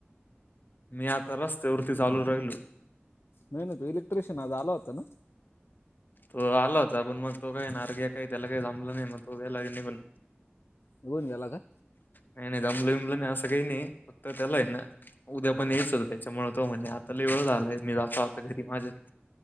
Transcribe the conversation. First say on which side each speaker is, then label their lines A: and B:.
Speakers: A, on the left (about 50°); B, on the left (about 65°).
A: मी आता रस्त्यावरती चालू राहिलो.
B: नाही ना तो इलेक्ट्रिशिन आज आला होता ना?
A: तो आलो होता पण मग तो काही नारगे काही त्याला काही जमलं नाही मग तो गेला निघून.
B: निघुन गेला काय?
A: नाही नाही जमलं-विमलं नाही असं काही नाही फक्त त्याला आहे ना उद्या पण याच होत. <unintelligible> होतो म्हण आता लय वेळ झालंय मी जातो आता घरी माझं.